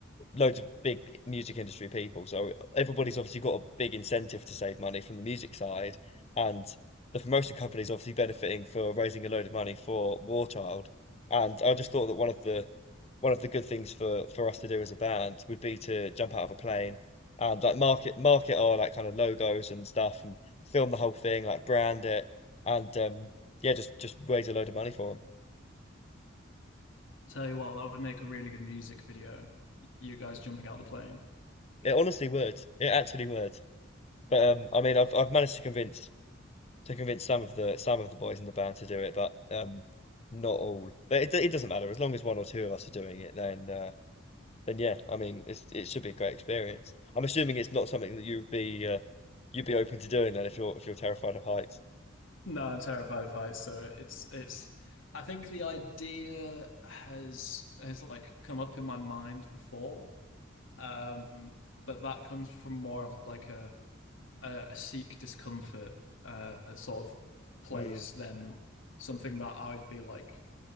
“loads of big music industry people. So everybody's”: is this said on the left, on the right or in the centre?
Left